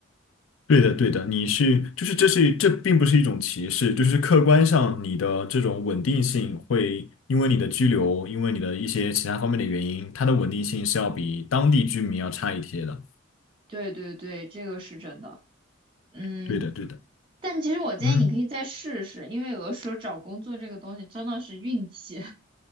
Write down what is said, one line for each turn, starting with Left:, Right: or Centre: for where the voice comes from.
Left: 对的，对的，你是就是这是这并不是一种歧视，就是客观上你的这种稳定性会因为你的居留，因为你的一些其他方面的原因，它的稳定性是要比当地居民要差一些的。
Right: 对对对，这个是真的，嗯。
Left: 对的，对的，
Right: 但其实我建议你可以再试试，
Left: 嗯。
Right: 因为有的时候找工作这个东西真的是运气。